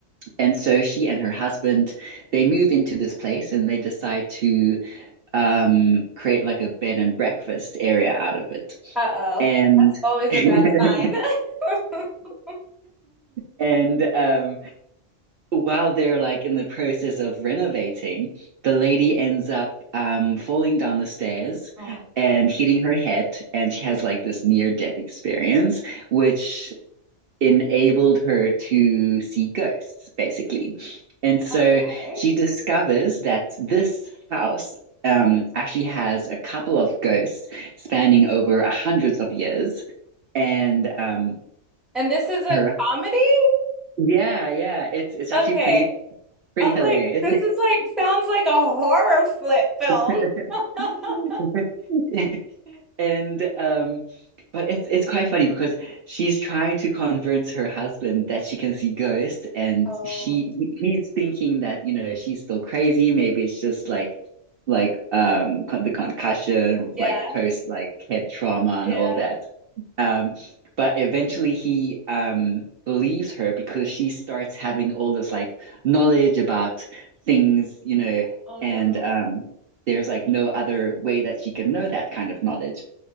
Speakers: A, on the right; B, in the centre.
A: and so she and her husband they move into this place and they decide to um create like a bed and breakfast area out of it.
B: Uh-oh.
A: And
B: That's always
A: <laughs>
B: a bad sign. <laughs>
A: and um while they're like in the process of renovating, the lady ends up um falling down the stairs
B: Oh my
A: and
B: God.
A: hitting her head, and she
B: Mhm.
A: has like this near death experience, which enabled her to see ghosts, basically. And so
B: Okay.
A: she discovers that this house um actually has a couple of ghosts spanning over hundreds of years, and um
B: And this is a
A: her
B: comedy?
A: yeah yeah it's it's actually
B: Okay.
A: pretty pretty
B: I'm
A: hilarious.
B: like, this is like sounds like a horror flip film.
A: <laughs>
B: <laughs>
A: <laughs> And um, but it's it's quite funny because she's trying to convince her husband that she can see ghosts, and
B: Oh,
A: she he- he's thinking that you know she's still crazy. Maybe it's just like like um con the concussion, like
B: yeah,
A: post like head trauma
B: yeah.
A: and all that. Um, but eventually he um believes her because she starts having all this like knowledge about things, you know,
B: Oh
A: and
B: no.
A: um there's like no other way that she can know that kind of knowledge.